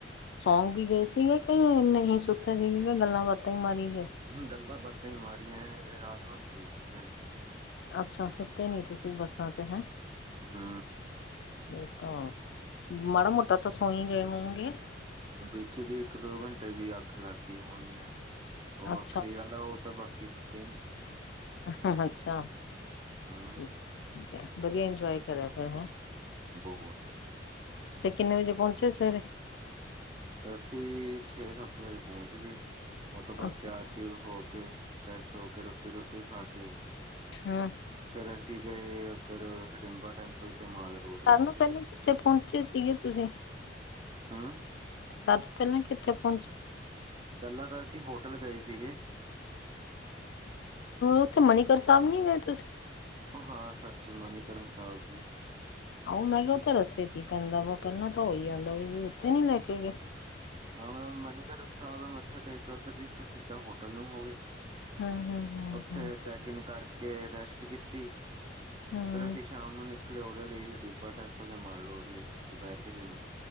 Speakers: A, on the left; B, on the right.
A: ਸੌਂ ਵੀ ਗਏ ਸੀਗੇ, ਕਿ ਨਹੀਂ ਸੁੱਤੇ ਸੀਗੇ ਗੱਲਾਂ ਬਾਤ ਬਾਤਾਂ ਮਾਰੀ ਗਏ।
B: ਗੱਲਾਂ ਬਾਤਾਂ ਹੀ ਮਾਰੀਆਂ ਹੈ, ਰਾਤ ਨੂੰ ਨੀਂਦ ਕਿੱਥੇ ਆਦੀ ਹੈ।
A: ਅੱਛਾ ਸੁੱਤੇ ਨੀ ਤੁਸੀਂ ਬੱਸਾਂ ਚ ਹੈਂ
B: ਹੂ
A: ਇਹ ਤਾਂ, ਮਾੜਾ ਮੋਟਾ ਤਾਂ ਸੋਈ ਗਏ ਹੋਊਗੇ
B: ਵਿੱਚ ਦੀ ਇੱਕ ਦੋ ਘੰਟੇ ਦੀ, ਅੱਖ ਲੱਗ ਗਈ ਹੋਣੀ ਆ। ਉਹ
A: ਅੱਛਾ
B: ਵੱਖਰੀ ਗੱਲ ਆ, ਉਹ ਤਾਂ ਬਾਕੀ ਸੁੱਤੇ ਹੀ ਨੀ
A: ਹ ਅੱਛਾ
B: ਹੂ
A: ਠੀਕ ਹੈ, ਵਧੀਆ ਇੰਜੋਏ ਕਰਿਆ ਫਿਰ ਹੈਂ?
B: ਬਹੁਤ
A: ਫਿਰ ਕਿਨੇ ਵਜੇ ਪਹੁੰਚੇ ਸਵੇਰੇ?
B: ਅਸੀਂ ਛੇ ਸੱਤ ਵਜੇ ਪਹੁੰਚ ਗਏ, ਉਹ ਤੋਂ ਬਾਅਦ
A: ਅੱਛਾ
B: ਤਿਆਰ ਤਿਯੁਰ ਹੋ ਕੇ ਫਰੈਸ਼ ਹੋ ਕੇ, ਰੋਟੀ ਰੂਟੀ ਖਾ ਕੇ
A: ਅੱਛਾ
B: ਫੇਰ ਅਸੀਂ ਗਏ ਉੱਧਰ, ਹਡਿੰਬਾ ਟੈਂਪਲ ਤੇ ਮਾਲ ਰੋਡ ਲੰਘੇ
A: ਸਭ ਨੋ ਪਹਿਲਾਂ ਕਿੱਥੇ ਪਹੁੰਚੇ ਸੀਗੇ ਤੁਸੀ?
B: ਹੂੰ
A: ਸਭ ਤੋਂ ਪਹਿਲਾਂ ਕਿੱਥੇ ਪਹੂਚੈ
B: ਪਹਿਲਾਂ ਤਾਂ ਅਸੀਂ ਹੋਟਲ ਗਏ ਸੀਗੇ।
A: ਉਥੇ ਮਨੀਕਰਨ ਸਾਹਿਬ ਨੀ ਗਏ ਤੁਸੀਂ
B: ਹਾਂ ਸੱਚ, ਮਨੀਕਰਨ ਸਾਹਿਬ ਵੀ
A: ਆਓ ਮੈਂ ਕਿਹਾ ਉ ਰਸਤੇ ਚ ਹੀ ਪੈਂਦਾ ਵਾ, ਪਹਿਲਾਂ ਤਾਂ ਉਹੀ ਆਉਂਦਾ ਵਾ, ਵੀ ਉੱਥੇ ਨੀ ਲੈ ਕੇ ਗਏ।
B: ਹਾ, ਮਨੀਕਰਨ ਸਾਹਿਬ ਮੱਥਾ ਟੇਕ ਕੇ, ਉੱਧਰ ਦੀ ਫਿਰ ਸਿੱਧਾ ਹੋਟਲ ਨੂੰ ਹੋ ਗਏ।
A: ਹਮ ਹਮ ਹਮ
B: ਉੱਥੇ
A: ਹਮ
B: ਚੈਕਇਨ ਕਰਕੇ, ਰੈਸਟ ਕੀਤੀ।
A: ਹੂ
B: ਫਿਰ ਅਸੀਂ ਸ਼ਾਮ ਨੂੰ ਨਿਕਲੇ ਉਹਦੇ ਲਈ, ਹਡੀਬਾ ਟੈਂਪਲ ਤੇ ਮਾਲ ਰੋਡ ਲਈ। ਦੁਪਹਿਰ ਕ ਜੇ ਨੂੰ,